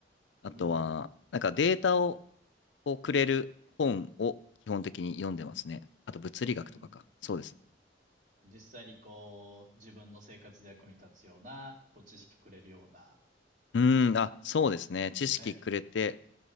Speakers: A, on the left (about 85°); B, on the right (about 45°).
A: あとは、
B: うん、
A: なんかデータを、をくれる本を基本的に読んでますね。あと物理学とかか。
B: うん。
A: そうですね。
B: 実際にこう、自分の生活で役に立つような、こう、知識くれるような
A: うーん、あ、そうですね。
B: 本っていうことですね。
A: 知識くれて、